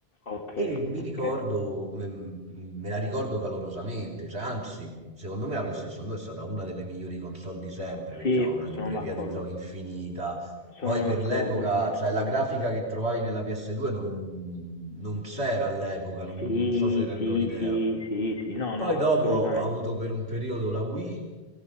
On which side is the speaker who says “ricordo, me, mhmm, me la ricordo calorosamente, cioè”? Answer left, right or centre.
Right